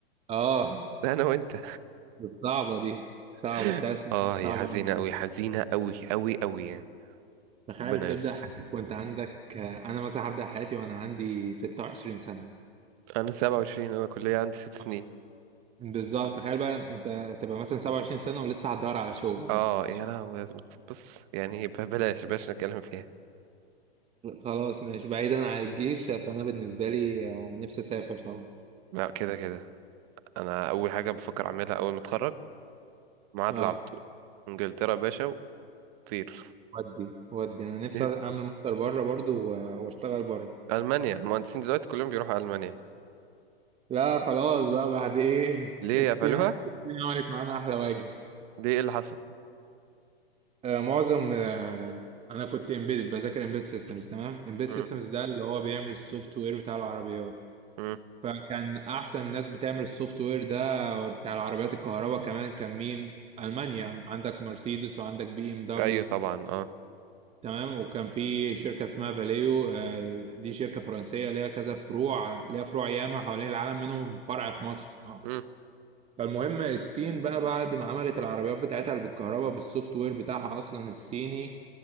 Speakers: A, on the right; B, on the right.
A: اه
B: لا انا وانت
A: بس صعبة دي صعبة
B: <laughs>
A: التأسف
B: اه هي
A: صعبة
B: حزينة
A: أوي.
B: قوي حزينة قوي قوي قوي يعني
A: تخيل
B: ربنا
A: تبدأ
B: يستر
A: حياتك وأنت عندك أنا مثلا هبدأ حياتي وأنا عندي 26 سنة
B: انا 27 انا كلية عندي ست سنين
A: آه. بالظبط تخيل بقى أنت تبقى مثلا 27 سنة ولسه هتدور على شغل بقى
B: اه يا لهوي بص يعني ب- بلاش بلاش نتكلم فيها
A: خلاص ماشي بعيدا عن الجيش فأنا بالنسبة لي آه، نفسي أسافر طبعا
B: لا كده كده انا اول حاجة بفكر اعملها اول ما اتخرج معادلة
A: اه
B: على طول انجلترا يا باشا وطير
A: ودي ودي انا نفسي
B: <laughs>
A: اعمل ماستر بره برضو و- واشتغل بره
B: ألمانيا المهندسين دلوقتي كلهم بيروحوا ألمانيا
A: لا خلاص بقى بعد ايه
B: ليه
A: <laughs> الصين
B: قفلوها
A: الصين عملت معانا احلى واجب
B: ليه ايه اللي حصل
A: آه معظم آه انا كنت امبيد بذاكر امبيد سيستمز تمام امبيد سيستمز
B: مم.
A: ده اللي هو بيعمل السوفت وير بتاع العربيات
B: مم.
A: فكان احسن ناس بتعمل السوفت وير ده بتاع العربيات الكهرباء كمان كان مين المانيا عندك مرسيدس وعندك بي ام دبليو
B: أيوه طبعا اه
A: تمام وكان في شركة اسمها فاليو آه، دي شركة فرنسية ليها كذا فروع ليها فروع ياما حوالين العالم منهم فرع في مصر اه
B: مم.
A: فالمهم الصين بقى بعد ما عملت العربيات بتاعتها اللي بالكهرباء بالسوفت وير بتاعها أصلا الصيني